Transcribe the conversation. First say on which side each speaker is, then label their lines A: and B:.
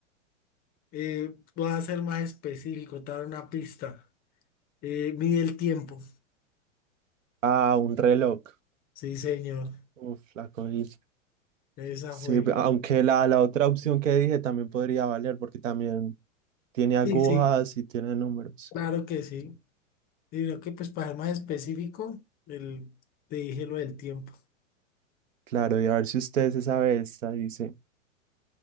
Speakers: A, on the left; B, on the right.
A: Eh, voy a ser más específico, te voy a dar una pista. Eh, mide el tiempo.
B: Ah, un reloj.
A: Sí, señor.
B: Uf, la cogí.
A: Esa
B: Sí,
A: fue.
B: pe- aunque la, la otra opción que dije también podría valer porque también tiene agujas
A: Sí, sí,
B: y tiene números.
A: claro que sí. Sino que pues para ser más específico, el, te dije lo del tiempo.
B: Claro, y a ver si usted se sabe esta. Dice,